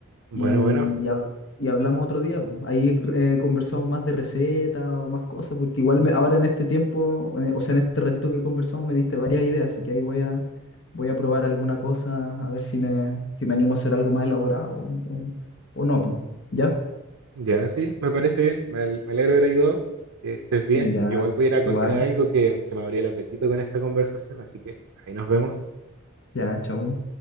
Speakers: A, on the right (about 80°); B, on the left (about 60°).
A: Bueno,
B: y,
A: bueno,
B: hab- y hablamos otro día. Ahí eh, conversamos más de recetas o más cosas, porque igual me- ahora en este tiempo, eh, o sea, en este ratito que conversamos me diste varias ideas, así que ahí voy a, voy a probar alguna cosa, a ver si me, si me animo a hacer algo más elaborado o, o- o no, pues. ¿Ya?
A: ya sí, me parece bien. Me, al- me alegro de haber ayudado. Que estés bien.
B: Ya,
A: Yo igual voy a ir a cocinar
B: igual,
A: algo que se me abrió el apetito con esta conversación, así que ahí nos vemos.
B: ya, chao.